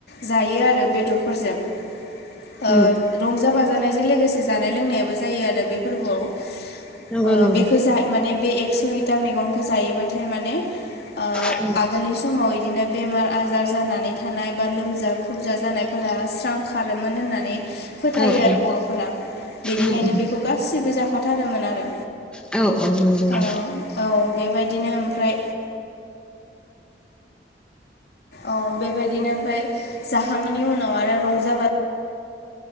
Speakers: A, on the left; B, in the centre.
A: जायो आरो बेदरफोरजों। ओ
B: नंगौ औ
A: रंजा बाजानायजों लोगोसे जानाय लोंनायाबो जायो आरो बे फोरबोआव। ओ
B: औ नंगौ
A: बेखौ
B: औ
A: जाय माने बे एकस' एथा मैगंखो जायोबाथाय माने ओ
B: औ
A: आगोलनि समाव इदिनो बेमार आजार जानानै थानाय बा लोमजा ख्रुबजा जानायफोरा स्रां खारोमोन होननानै फोथायो
B: औ
A: आरो
B: औ
A: बर'फोरा। बेनिखायनो
B: उम उम
A: बेखौ
B: उम नंगौ
A: गासिबो जाखाथारोमोन आरो।
B: औ औ उम
A: औ
B: उम
A: औ बेबायदिनो ओमफ्राय औ बेबायदिनो ओमफाय जाखांनायनि उनाव आरो रंजा बा